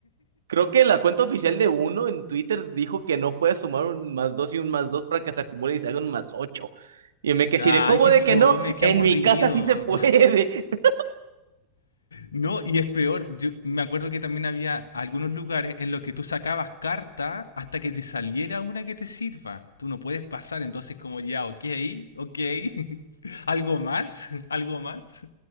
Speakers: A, on the right; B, on the left.
A: creo que la cuenta oficial de uno en Twitter dijo que no puedes sumar un más dos y un más dos para que se acumule y se haga un más ocho. Y yo me quedé
B: Ay,
A: así de, ¿cómo
B: qué
A: de
B: fome,
A: que no?
B: qué
A: En
B: aburrido.
A: mi casa sí se puede. <laughs>
B: No, y es peor, yo me acuerdo que también había algunos lugares en los que tú sacabas carta hasta que te saliera una que te sirva. Tú no puedes pasar, entonces como ya, ok, ok. <laughs> ¿Algo más? ¿Algo más?